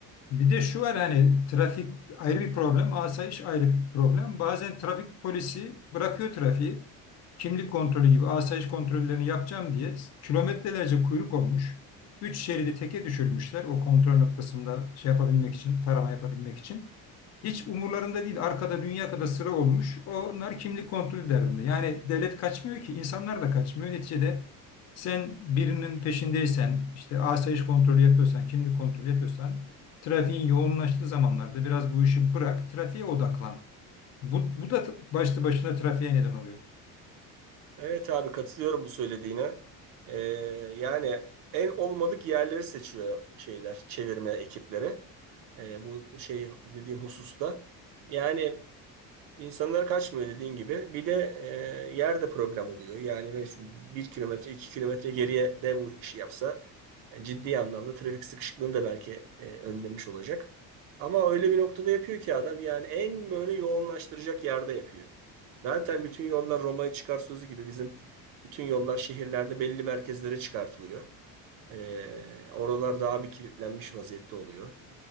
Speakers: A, on the left; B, on the right.
A: Bir de şu var hani trafik ayrı bir problem, asayiş ayrı bir problem. Bazen trafik polisi bırakıyor trafiği. Kimlik kontrolü gibi asayiş kontrollerini yapacağım diye kilometrelerce kuyruk olmuş. Üç şeridi teke düşürmüşler o kontrol noktasında şey yapabilmek için, tarama yapabilmek için. Hiç umurlarında değil. Arkada dünya kadar sıra olmuş. Onlar kimlik kontrolü derdinde. Yani devlet kaçmıyor ki, insanlar da kaçmıyor. Neticede sen birinin peşindeysen, işte asayiş kontrolü yapıyorsan, kimlik kontrolü yapıyorsan trafiğin yoğunlaştığı zamanlarda biraz bu işi bırak, trafiğe odaklan. Bu, bu da t- başlı başına trafiğe neden oluyor.
B: Evet abi katılıyorum bu söylediğine. E, yani en olmadık yerleri seçiyor şeyler, çevirme ekipleri. E, bu şey dediğim hususta. Yani İnsanlar kaçmıyor dediğin gibi. Bir de e, yer problem oluyor. Yani mesela bir kilometre, iki kilometre geriye de bu işi yapsa e, ciddi anlamda trafik sıkışıklığını da belki e, önlemiş olacak. Ama öyle bir noktada yapıyor ki adam yani en böyle yoğunlaştıracak yerde yapıyor. Zaten bütün yollar Roma'ya çıkar sözü gibi bizim bütün yollar şehirlerde belli merkezlere çıkartılıyor. E, oralar daha bir kilitlenmiş vaziyette oluyor.